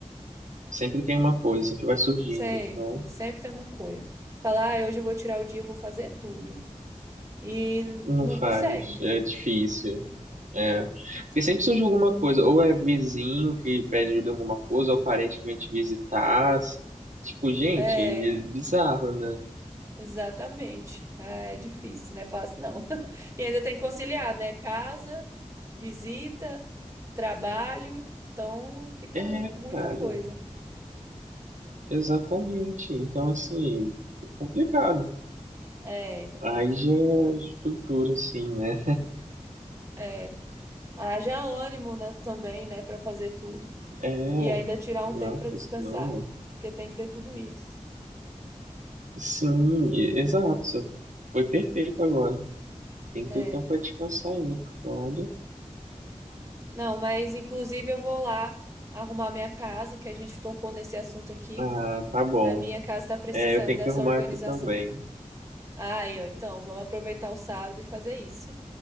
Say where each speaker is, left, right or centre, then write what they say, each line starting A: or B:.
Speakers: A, on the right; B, on the right.
A: sempre tem uma coisa, sempre vai surgindo,
B: Sempre,
A: então
B: sempre tem uma coisa. Falar, ah, hoje eu vou tirar o dia, eu vou fazer tudo. E
A: não
B: não consegue.
A: faz, é difícil. É, porque sempre surge alguma coisa, ou é vizinho que pede ajuda em alguma coisa, ou parente que vem te visitar. Tipo, gente,
B: É,
A: é bizarro, né?
B: exatamente. É, é difícil, não é fácil, não. <laughs> E ainda tem que conciliar, né? Casa, visita, trabalho. Então fica
A: É,
B: muita
A: cara,
B: coisa.
A: exatamente. Então, assim, é complicado.
B: É,
A: Aí já estrutura, assim, né?
B: é. Haja ânimo, né, também, né, para fazer tudo.
A: É,
B: E ainda tirar
A: não,
B: um tempo para
A: porque
B: descansar,
A: senão.
B: porque tem que ter tudo isso.
A: Sim, e- exato. só- Foi perfeito agora. Tem
B: É.
A: todo tempo pra descansar ainda, porque olha.
B: Não, mas inclusive eu vou lá arrumar minha casa, que a gente tocou nesse assunto aqui.
A: Ah, tá bom.
B: A minha casa está precisando
A: É, eu tenho
B: dessa
A: que arrumar
B: organização.
A: aqui também.
B: Aí, ó, então vamos aproveitar o sábado e fazer isso.